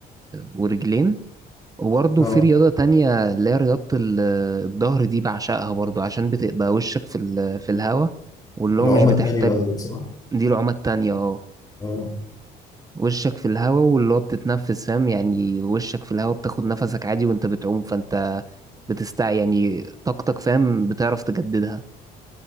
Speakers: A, on the right; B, on the left.
A: ورجلين وبرضه
B: اه
A: في رياضة تانية اللي هي رياضة ال- الظهر دي بعشقها برضه عشان بتبقى وشك في ال- في الهوا واللي
B: العمى
A: هو مش بتحتاج
B: التانية قصدك صح
A: دي العمى التانية اه
B: اه
A: وشك في الهوا واللي هو بتتنفس فاهم يعني وشك في الهوا بتاخد نفسك عادي وانت بتعوم فانت بتستع يعني طاقتك فاهم بتعرف تجددها